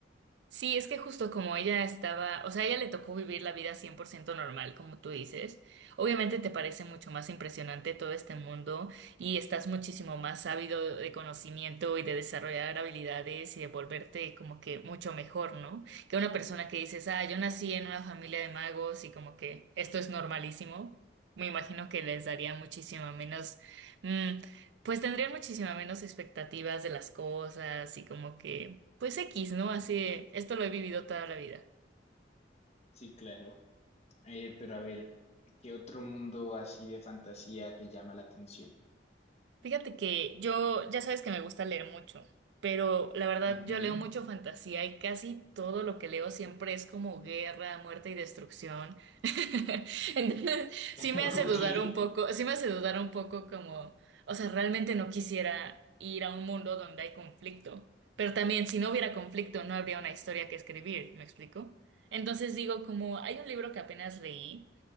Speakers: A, on the right (about 70°); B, on the left (about 35°).
A: Sí, es que justo como ella estaba, o sea, a ella le tocó vivir la vida 100% normal, como tú dices. Obviamente te parece mucho más impresionante todo este mundo y estás muchísimo más ávido de conocimiento y de desarrollar habilidades y de volverte como que mucho mejor, ¿no? Que una persona que dices, ah, yo nací en una familia de magos y como que esto es normalísimo. Me imagino que les daría muchísimo menos. mm, pues tendrían muchísima menos expectativas de las cosas y como que, pues X, ¿no? Así, esto lo he vivido toda la vida.
B: Sí, claro. Eh, pero a ver, ¿qué otro mundo así de fantasía te llama la atención?
A: Fíjate que yo, ya sabes que me gusta leer mucho, pero la verdad
B: Ujú.
A: yo leo mucho fantasía y casi todo lo que leo siempre es como guerra, muerte y destrucción. <laughs> Entonces, sí
B: <laughs>
A: me hace
B: Ok.
A: dudar un poco, sí me hace dudar un poco como, o sea, realmente no quisiera ir a un mundo donde hay conflicto, pero también si no hubiera conflicto no habría una historia que escribir, ¿me explico? Entonces digo como, hay un libro que apenas leí